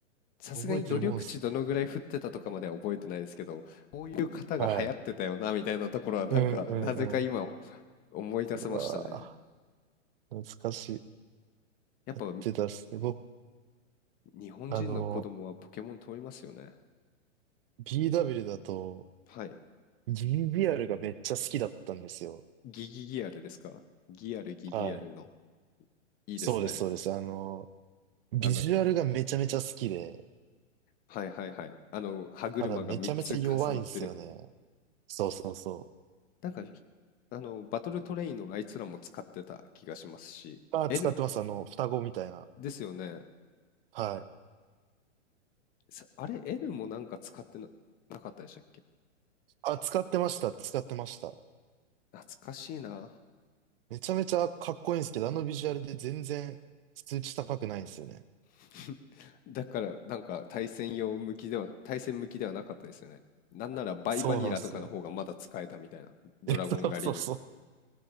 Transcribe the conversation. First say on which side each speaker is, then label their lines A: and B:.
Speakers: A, on the left; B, on the right.
A: さすがに努力値どのぐらい振ってたとかまでは覚えてないですけど、
B: 覚えてるもんですね。
A: こういう方が流行ってたよなみたいなところはなんかなぜか今
B: はい。うん、うん、
A: 思い出せましたね。
B: うわぁ、懐かしい。
A: やっぱ
B: やってたっすね。僕、
A: 日本人の子供はポケモン通りますよね。
B: あの、BW だと、
A: はい。
B: GBR がめっちゃ好きだったんですよ。
A: ギギギアルですかギアルギギアルの。
B: はい。
A: いいですね。
B: そうです、そうです。あの、ビジュアルがめちゃめちゃ好きで、
A: あの、はいはいはい。あの、歯車が3つ重なってる。
B: ただめちゃめちゃ弱いんですよね。そうそうそ
A: なんか、ひあの、バトルトレインのあいつらも使ってた気がしますし、
B: う。あ、
A: N
B: 使ってます。あの、双子みたいな。
A: ですよね。
B: はい。
A: さあれ、N もなんか使ってな、なかったでしたっけ
B: あ、使ってました。使ってました。
A: 懐かしいな。
B: めちゃめちゃかっこいいんですけど、あのビジュアルで全然数値高くないんですよね。
A: <laughs> だからなんか対戦用向きでは、対戦向きではなかったですよね。なんならバイバニラとかの方がまだ使えたみたいな。
B: そうなんですよ。<laughs>
A: ドラゴン狩りに。
B: え、そうそうそう。